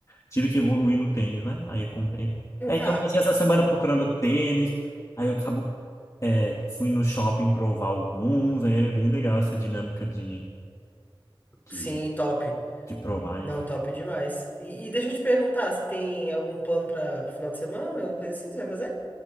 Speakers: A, on the left; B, on the left.
A: tive que evoluir no tênis, né? Aí eu comprei.
B: Não
A: Aí,
B: tá.
A: então eu passei essa semana procurando tênis, aí eu acabo, é, fui no shopping provar alguns, aí é bem legal essa dinâmica de,
B: Sim,
A: de,
B: top.
A: de provar,
B: Não,
A: enfim.
B: top demais. E, e deixa eu te perguntar, você tem algum plano para final de semana? Alguma coisa assim que você vai fazer?